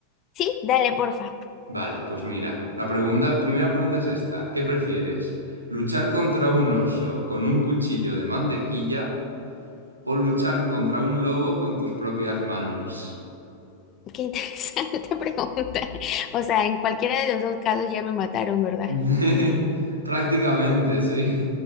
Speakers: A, on the left; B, on the right.
A: Sí, dale, porfa.
B: Vale, pues mira, la pregunta, primera pregunta es esta. ¿Qué prefieres? ¿Luchar contra un oso con un cuchillo de mantequilla o luchar contra un lobo con tus propias manos?
A: Qué interesante <laughs> pregunta. O sea, en cualquiera de los dos casos ya me mataron, ¿verdad?
B: <laughs> Prácticamente, sí.